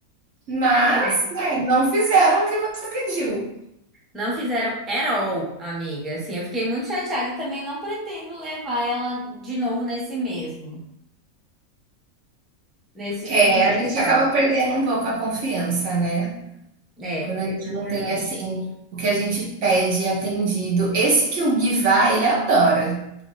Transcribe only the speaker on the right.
Mas,
né, não fizeram o que você pediu.
É,
a gente
acaba perdendo um pouco a confiança, né?
Quando a gente
não tem, assim, o que a gente pede atendido. Esse que o Gui vai, ele adora.